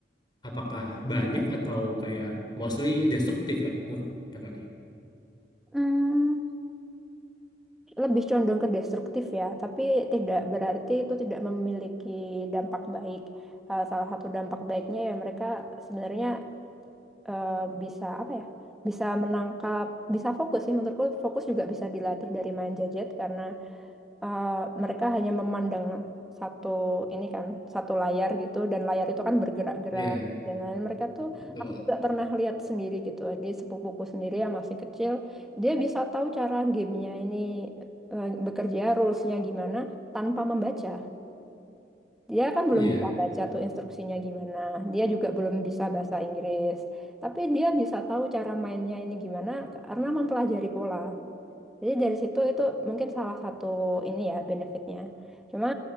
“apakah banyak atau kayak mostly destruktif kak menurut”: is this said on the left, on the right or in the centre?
Left